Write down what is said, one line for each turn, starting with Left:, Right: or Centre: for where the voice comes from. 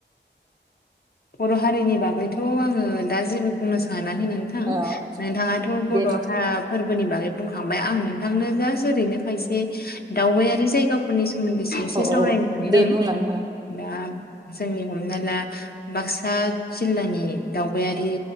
Left: बर' हारिनि बागैथ' आङो दा जेबो बुंनो सान माने नोंथां
Right: ओ
Left: नोंथाङाथ' बर'
Right: दे
Left: हा फोरबोनि बागै बुंखांबाय आं थांनो जास्ट ओरैनो खायसे दावबायारि जायगाफोरनि सोमोन्दैसो एसे
Right: अ औ
Left: सावरायनो सानदों
Right: दे बुंलांनो हाला
Left: दा जोंनि हमना ला बाक्सा जिल्लानि दावबायारि